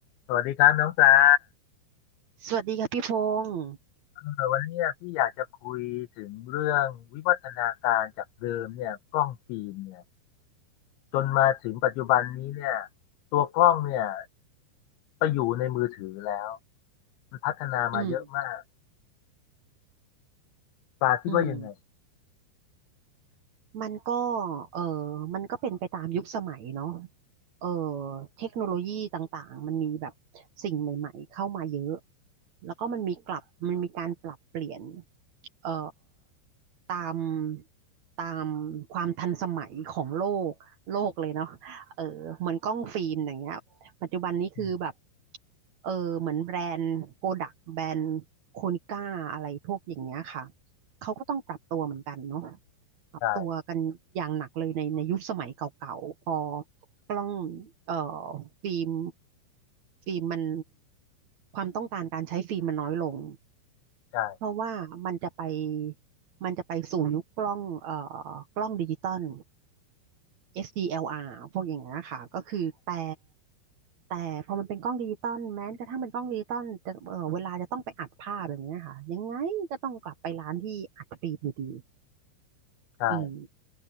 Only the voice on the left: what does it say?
สวัสดีครับน้องปลา
เออวันนี้พี่อยากจะคุยถึงเรื่องวิวัฒนาการจากเดิมเนี่ยกล้องฟิล์มเนี่ยจนมาถึงปัจจุบันนี้เนี่ยตัวกล้องเนี่ยไปอยู่ในมือถือแล้วมันพัฒนามาเยอะมาก
ปลาคิดว่ายังไง
อืม
ใช่
ใช่
ใช่